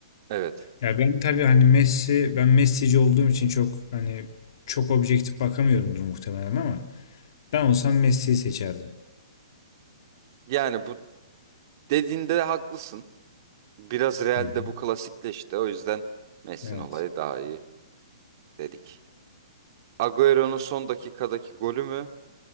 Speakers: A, on the right; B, on the left.
A: Evet.
B: Ya ben tabii hani Messi ben Messi'ci olduğum için çok hani çok objektif bakamıyorumdur muhtemelen ama ben olsam Messi'yi seçerdim.
A: Yani bu dediğinde haklısın. Biraz Real'de
B: Hı hı.
A: bu klasikleşti. O yüzden Messi'nin
B: Evet.
A: olayı daha iyi dedik. Agüero'nun son dakikadaki golü mü?